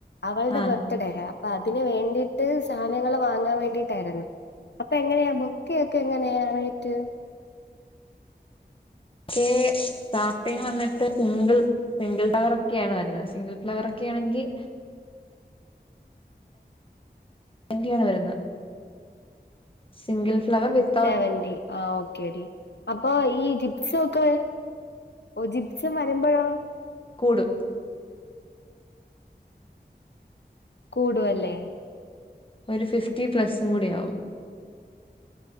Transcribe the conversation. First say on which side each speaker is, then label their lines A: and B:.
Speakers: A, on the left; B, on the left.
A: അവളുടെ
B: ആഹ്
A: ബർത്ത്ഡേ യാ അപ്പൊ അതിന് വേണ്ടിട്ട് സാധനങ്ങള് വാങ്ങാൻ വേണ്ടിട്ടായിരുന്നു. അപ്പൊ എങ്ങനെയാ ബൊക്കെയൊക്കെ എങ്ങനെയാ റേറ്റ്?
B: ബൊക്കെ സ്റ്റാർട്ടിങ് വന്നിട്ട് സിംഗിൾ സിംഗിൾ ഫ്ലവർ ഒക്കെയാണ് വരുന്നത് സിംഗിൾ ഫ്ലവർ ഒക്കെ ആണെങ്കിൽ <unintelligible> വരുന്ന സിംഗിൾ ഫ്ലവർ വിത്ത്
A: സെവന്റി ആഹ് ഓക്കേടി അപ്പൊ ഈ ജിപ്സ് ഒക്കെ ഓഹ് ജിപ്സം വരുമ്പോഴാ
B: കൂടും
A: കൂടുവല്ലേ?
B: ഒരു ഫിഫ്റ്റി പ്ലസ്സും കൂടി ആവും